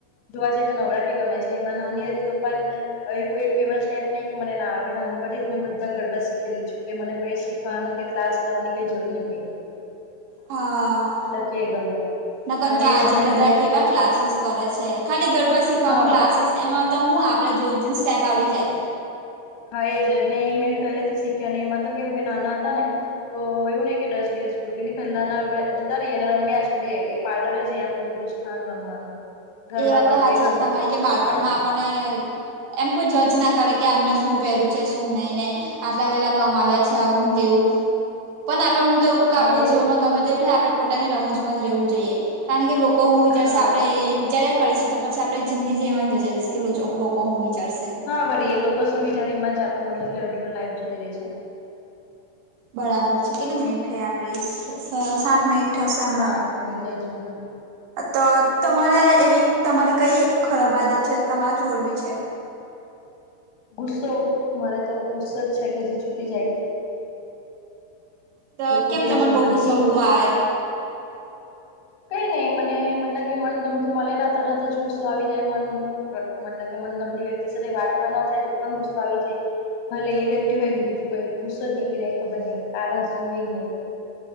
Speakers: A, on the left; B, on the right.
A: જોવા જઈએ તો નવરાત્રી ગમે છે, એમાં નાની હતી તો પણ હવે કોઈ એક એવા સ્ટેપ નહીં કે મને ના આવડે નાનપણથી જ મેં બધા ગરબા શીખેલી છું, કે મને <unintelligible> શીખવાનો કે ક્લાસ કરવાની કઈ જરૂર નહી પડે.
B: હા
A: કે એ ગમે
B: નકન
A: કારણ
B: તો
A: કે એ
B: આજે
A: સમય
B: બધા
A: દરમિયાન
B: કેવા
A: તો
B: ક્લાસીસ કરે છે. છે, ખાલી ગરબા શીખવામાં
A: હા
B: ક્લાસીસ એમાં તો હું આપણે જોઈ જોઈને સ્ટેપ આવડી જાય.
A: હા એ જ ને એ મેં પહેલાથી શીખ્યા નહિ એમાં તો કેવું કે નાના હતા ને તો એવું નહિ કે દસ દિવસ. <unintelligible> પહેલાના હવે જતા રહીએ અને રમ્યા જ કરી એ <unintelligible> રમવાનું. ગરબા
B: એ વાત
A: હોય
B: તો સાચી
A: કે ગમે
B: છે, તમારી
A: તે
B: કે બાળપણમાં. આપણને એમ કોઈ જજ ના કરે કે એમને શું પહેર્યું છે, શું નહી ને. આટલા વેલા
A: હા
B: કમ
A: હા
B: આવ્યા છે, આવું ને તેવું પણ આપડે હું તો એવું કહું
A: હા
B: આપણું
A: એજ
B: જીવનમાં ગમે તેવું થાય આપણે પોતાને રમૂજમાં જ રહેવું જોઈએ, કારણ કે લોકો હું વિચારશે
A: હા
B: આપણે વિચાર્યા કરીશું તો પછી આપણે જિંદગી જ એમાં જતી રહેશે કે લોચો લોકો હું વિચારશે.
A: હા વળી, એ લોકો શું વિચારે એમાં જ આપ મતલબ કે અડધું લાઈફ જતી રહેશે.
B: બરાબર છે, કેટલી મિનિટ થઈ આપડે સ સાત મિનિટ. થશે હમણાં
A: સાત મિનિટ થઈ છે ને.
B: તો તમારે એવી તમારી કઈ એક ખરાબ આદત છે, જે તમારે છોડવી છે.
A: ગુસ્સો મારે તો ગુસ્સો જ છે કે જે છૂટી જાય.
B: તો
A: એ કૂટેવ
B: કેમ તમને
A: છે
B: બહુ
A: મારી.
B: ગુસ્સો બહુ આવે
A: કઈ નહી મને મતલબ કે મન ગમતું મલે ના તરત જ ગુસ્સો આવી જાય મન. મતલબ કે મનગમતી વ્યક્તિ સાથે વાત પણ ન થાય તો પણ ગુસ્સો આવી જાય. ભલે એ વ્યક્તિ હોય કે બીજું કોઈ ગુસ્સો જ નીકળી જાય ખબર નહિ કારણ શું એ જ નહીં.